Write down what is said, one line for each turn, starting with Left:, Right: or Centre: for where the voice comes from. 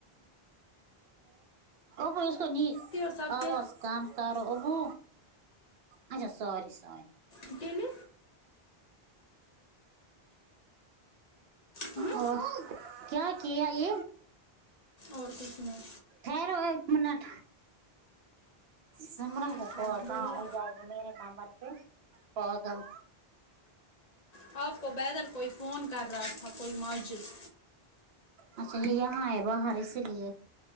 Right: اب اسکو نہیں
Left: ہو سب
Right: آواز
Left: کے
Right: کام کرو ابو اچھا سوری سوری
Left: اکیلے ہوں
Right: اور کیا کیا یہ
Left: اور کچھ نہیں
Right: ٹھیرو ایک منٹ سمرن
Left: ٹھیک
Right: کو کو
Left: ہے بولو
Right: کہاں ہو جائے میرا نمر پے پاگل
Left: آپ کو بروتھر کوئی فون کر رہا تھا کوئی ماجد
Right: اچھا جی یہاں ہے باہر اس لیے